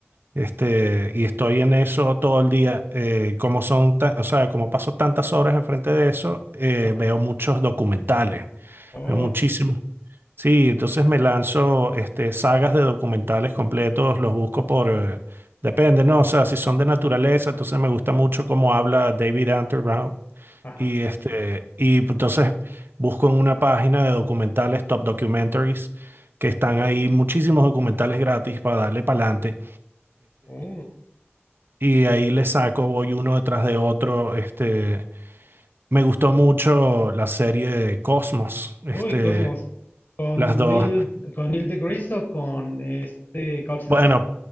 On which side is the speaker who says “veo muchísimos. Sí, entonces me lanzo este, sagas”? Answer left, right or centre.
Right